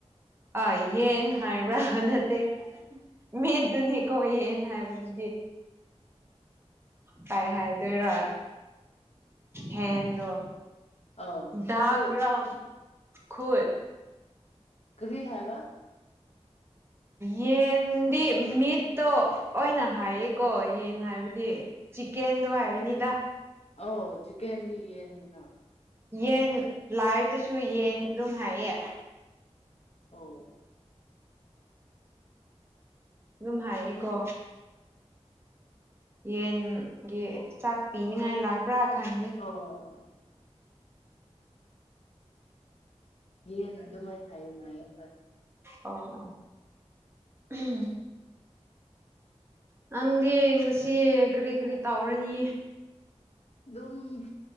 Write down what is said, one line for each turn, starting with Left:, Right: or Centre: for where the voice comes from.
Right: ꯑꯥ ꯌꯦꯟ ꯍꯥꯏꯕ꯭ꯔꯥ ꯅꯠꯇꯦ ꯃꯦꯗꯨꯅꯤꯀꯣ ꯌꯦꯟ ꯍꯥꯏꯕꯁꯤ ꯀꯩ ꯍꯥꯏꯗꯣꯏꯔ ꯍꯦꯟꯗꯣ
Left: ꯑꯧ
Right: ꯒ꯭ꯔꯥ
Left: ꯈꯨ
Right: ꯈꯠ <inaudible>
Left: ꯀꯔꯤ ꯍꯥꯏꯕ
Right: ꯌꯦꯟꯗꯤ ꯃꯤꯠꯇꯣ ꯑꯣꯏꯅ ꯍꯥꯏꯔꯤꯀꯣ ꯌꯦꯟ ꯍꯥꯏꯕꯗꯤ ꯆꯤꯀꯦꯟꯗꯣ ꯍꯥꯏꯕꯅꯤꯗ
Left: ꯑ ꯆꯤꯀꯦꯟꯗꯤ ꯌꯦꯅꯤꯅ
Right: ꯌꯦꯟ ꯂꯥꯏꯐꯇꯁꯨ ꯌꯦꯟ ꯑꯗꯨꯝ ꯍꯥꯏ ꯌꯦ
Left: ꯑꯥꯎ
Right: ꯑꯗꯨꯝ ꯍꯥꯏꯌꯦꯀꯣ
Left: ꯈꯪꯗꯦ
Right: ꯌꯦꯟ ꯒꯤ ꯆꯥꯛ ꯄꯤꯅꯤꯉꯥꯏ ꯂꯥꯛꯄ꯭ꯔꯥ ꯈꯪꯗꯦ
Left: ꯑꯧ ꯑꯧ ꯑꯧ ꯑꯧ ꯌꯦꯟꯅ ꯑꯗꯨꯃꯥꯏꯅ ꯍꯥꯏꯌꯨ ꯉꯥꯏꯌꯦ ꯍꯣꯏ
Right: ꯑꯣ ꯑꯣ ꯎꯝ ꯅꯪꯗꯤ ꯉꯁꯤ ꯀꯔꯤ ꯀꯔꯤ ꯇꯥꯎꯔꯅꯤ
Left: ꯑꯗꯨꯝ